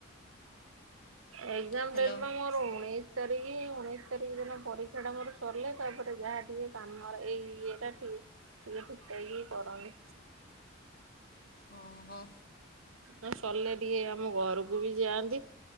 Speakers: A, on the right (about 90°); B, on the left (about 45°).
A: ଏକ୍ଜାମ
B: ହ୍ୟାଲୋ
A: ଡେଟ୍ ମୋର ଉଣେଇଶ। ତାରିଖ ଉଣେଇଶି ତାରିଖ ଦିନ ପରୀକ୍ଷା ଟା ମୋର ସରିଲେ ତାପରେ ଯାହା ଟିକେ କାମର ଏଇ ଇଏ ଟା ଠିକ୍। ଟିକେ ଫିଟେଇ କି କରନି।
B: ଓ ହୋ।
A: ନା ସରିଲେ ଟିକେ ଆମ ଘରକୁ ବି ଯାଆନ୍ତି।